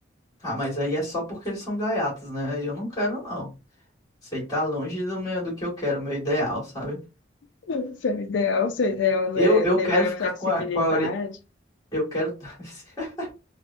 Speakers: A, on the left (about 20°); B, on the left (about 80°).
A: Ah, mas aí é só porque eles são gaiatas, né? Eu não quero, não. Isso aí tá longe do meu, do que eu quero, meu ideal, sabe?
B: <laughs> Seu ideal, seu ideal, né?
A: Eu, eu
B: Ter
A: quero
B: maior
A: ficar
B: flexibilidade.
A: com a, com a orelha. Eu quero <laughs>